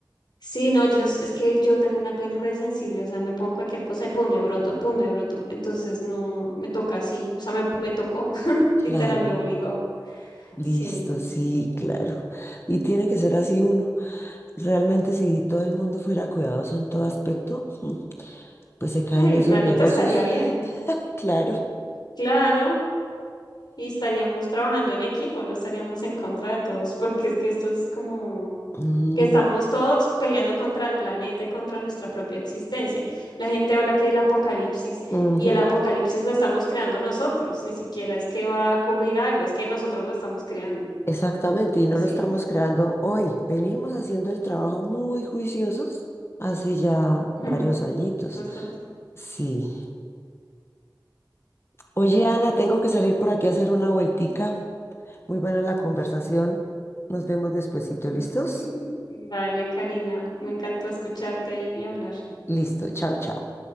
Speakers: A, on the left; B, on the left.
A: Sí, no, yo, s- es que yo tengo una piel re sensible, o sea, me pongo cualquier cosa y pum, me broto, pum, me broto. Entonces no, me toca así, o sea, me, me tocó, <laughs> literal,
B: Claro,
A: me obligó.
B: listo,
A: Sí,
B: sí, claro. Y tiene que ser así uno. Realmente si todo el mundo fuera cuidadoso en todo aspecto, mm, pues se caen
A: uy,
B: esos
A: el planeta
B: negocios.
A: estaría bien,
B: <laughs> Claro.
A: claro, y estaríamos trabajando en equipo, no estaríamos en contra de todos, <laughs> porque es que esto es como
B: Mm,
A: que estamos todos peleando contra el planeta y contra nuestra propia existencia. La gente habla que el apocalipsis
B: ujú,
A: y el apocalipsis lo estamos creando nosotros, ni siquiera es que va a ocurrir algo, es que nosotros lo estamos creando.
B: Exactamente, y no
A: Así
B: lo estamos
A: es.
B: creando hoy. Venimos haciendo el trabajo muy juiciosos hace ya
A: Ujú,
B: varios añitos.
A: Bastante
B: Sí. Oye,
A: total.
B: Ana, tengo que salir por aquí a hacer una vueltica. Muy buena la conversación. Nos vemos despuesito.
A: Ujú,
B: ¿Listos?
A: ujú, ujú. Vale, Karina, me encantó escucharte y hablar.
B: Listo. Chao, chao.